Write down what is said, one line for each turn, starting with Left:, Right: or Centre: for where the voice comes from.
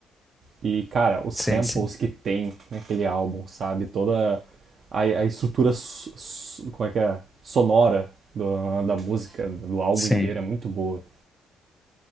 Right: E, cara, os samples
Centre: sim, sim.
Right: que tem naquele álbum, sabe? Toda a, a estrutura, so- so- como é que é? Sonora do- da música, do álbum
Centre: Sim.
Right: inteiro é muito boa.